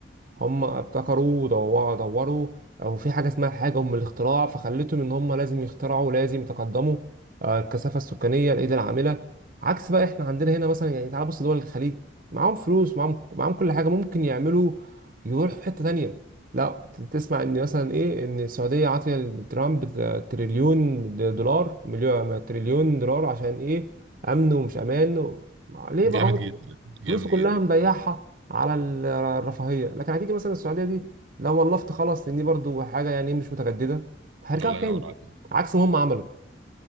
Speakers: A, on the right; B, on the right.
A: هم ابتكروا ودوروا دوروا او في حاجه اسمها حاجه ام الاختراع فخلتهم ان هم لازم يخترعوا لازم يتقدموا آه، الكثافه السكانيه الايد العامله عكس بقى احنا عندنا هنا مثلا يعني تعال بص دول الخليج معاهم فلوس معاهم معاهم كل حاجه ممكن يعملوا يروحوا في حته تانية لا ت- تسمع ان مثلا ايه ان السعوديه عاطيه لترامب تريليون دولار مليون تريليون دولار عشان ايه امن ومش امان و... ليه
B: جامد
A: بقى هو
B: جدا
A: فلوسه
B: جامد
A: كلها
B: جدا
A: مضيعها على الرفاهيه لكن هتيجي مثلا السعوديه دي لو ولفت خلاص لان دي برضو حاجه يعني مش متجدده هيرجعوا
B: الله
A: تاني
B: ينور عليك
A: عكس ما هم عملوا